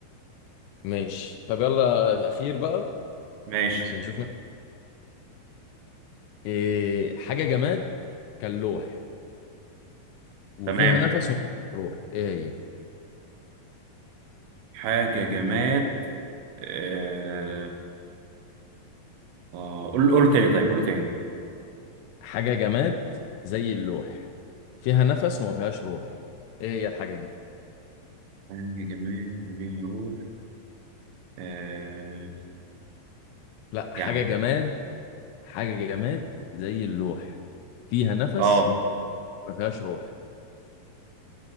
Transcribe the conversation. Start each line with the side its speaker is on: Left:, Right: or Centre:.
Left: ماشي طب يلا الأخير بقى
Right: ماشي
Left: عشان نشوف من... إيه حاجة جماد كان لوح وفيها
Right: تمام
Left: نفس وما فيهاش روح ايه هي
Right: حاجة جماد آه آه قول قول تاني طيب قول تاني
Left: حاجة جماد زي اللوح فيها نفس وما فيهاش روح ايه هي الحاجة دي
Right: حاجة جماد وليها روح آه إيه
Left: لا حاجة
Right: يا عم ده
Left: جماد حاجة جماد زي اللوح فيها نفس
Right: اه
Left: ما فيهاش روح